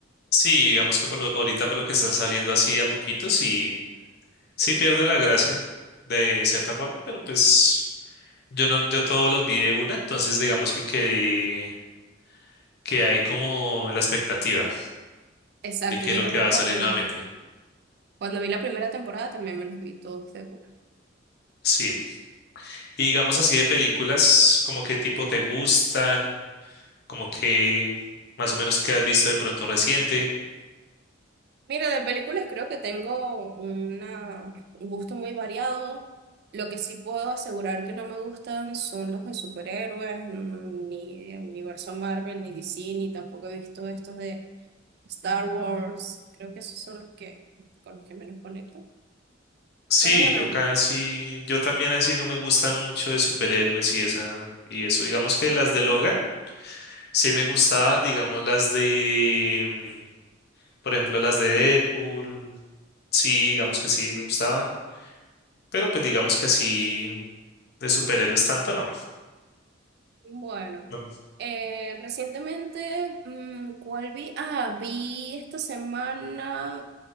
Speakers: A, on the left (about 55°); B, on the right (about 55°).
A: sí, digamos que por lo- ahorita por lo que están saliendo así a poquitos y sí pierde la gracia de cierta forma, pero pues yo no, yo todos los vi de una, entonces digamos que quedé- que hay como la expectativa
B: Exacto,
A: de qué
B: yo
A: es lo
B: también
A: que va a
B: cuando,
A: salir nuevamente.
B: cuando vi la primera temporada también me los vi todos de una.
A: Sí, y digamos así de películas, como qué tipo te gustan, como que más o menos qué has visto de pronto reciente.
B: Mira, de películas creo que tengo una, un gusto muy variado. Lo que sí puedo asegurar que no me gustan son los de superhéroes, mm, ni de universo Marvel, ni DC, ni tampoco he visto estos de Star Wars. Creo que esos son los que, con los que menos conecto.
A: Sí,
B: Pero bueno,
A: yo casi, yo también así no me gustan mucho de superhéroes y esa, y eso. Digamos que las de Logan sí me gustaban, digamos las de, mm, por ejemplo, las de Deadpool, sí, digamos que sí me gustaban, pero pues digamos que así de superhéroes tanto no.
B: bueno.
A: No,
B: Eh, recientemente, mm, ¿cuál vi? Ah, vi esta semana